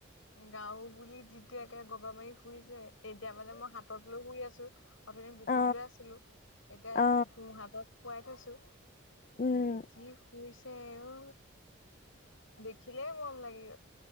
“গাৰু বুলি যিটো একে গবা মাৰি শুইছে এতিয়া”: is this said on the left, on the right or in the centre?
Left